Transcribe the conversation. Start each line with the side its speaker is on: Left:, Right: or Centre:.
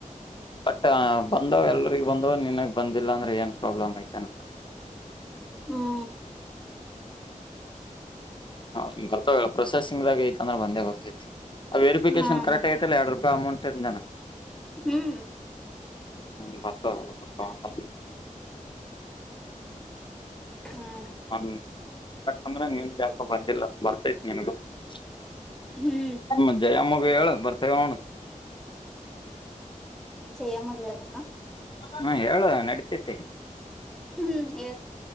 Left: ಬಟ್ ಬಂದವ ಎಲ್ಲ ಬಂದ ನಿನ್ಗ್ ಬಂದಿಲ್ಲ ಅಂದ್ರೆ ಏನ್ ಪ್ರಾಬ್ಲಮ್ ಐತೆನ
Centre: ಹ್ಮ್
Left: ಹ ಬರ್ತಾವಲ್ಲ ಪ್ರೊಸೆಸಿಂಗ್ದಾಗ ಐತ ಅಂದ್ರೆ ಬಂದೇ ಬರ್ತತೆ ಆ ವೆರಿಫಿಕೇಶನ್
Centre: ಹಾ ಅಣ್ಣ
Left: ಕರೆಟ್ಗಐಲ್ಲ ಹೇಳ ಅಮೌಂಟೆ ನ
Centre: ಹ್ಮ್
Left: ಹ್ಮ್ ಬರ್ ಹ
Centre: ಅದೇ
Left: ಹ
Centre: ಹಾ ಅಣ್ಣ
Left: ಎ ಅಂದ್ರೆ ನೀ ಜಾಸ್ತಿ ಬಂದಿಲ್ಲ ಬರ್ತತಿ ನನಗಮ್ಮ
Centre: ಹ್ಮ್
Left: ಜಯಮ್ಮ ವೇ ಬರ್ತ ಹ
Centre: ಜಯಮ್ಮಗಿರಬೇಕಕ್ಕಾ
Left: ಹಾ ಹೇಳದ ನಡತೇತೆ
Centre: ಹ್ಮ್ ಎ